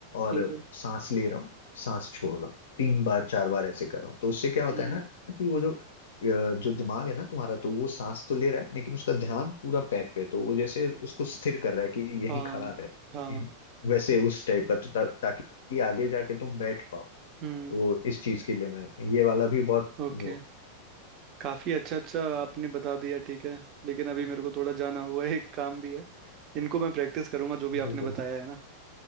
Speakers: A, on the right (about 35°); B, on the left (about 60°).
A: ठीक
B: और
A: है
B: सांस ले रहा हूँ सांस छोड़ रहा हूँ तीन बार चार बार ऐसे कर रहा हूँ तो उससे क्या होता
A: हम्म
B: है ना कि वो जो अ, जो दिमाग है ना तुम्हारा तो वो सांस तो ले रहा है लेकिन उसका ध्यान पूरा पैर पे है। तो वो जैसे उसको स्थिर कर रहा है कि यहीं
A: हाँ
B: खड़ा रहे
A: हाँ
B: हम्म, वैसे उस टाइप का तो ता, ताकि आगे जाके तुम बैठ पाओ
A: हम्म
B: तो इस चीज के लिए मैं ये वाला भी बहुत
A: ओके
B: वो
A: काफी अच्छा अच्छा आपने बता दिया ठीक है लेकिन अभी मेरे को थोड़ा जाना होगा एक काम भी है इनको मैं प्रैक्टिस करूंगा
B: है।
A: जो भी
B: बिल्कुल
A: आपने बताया है ना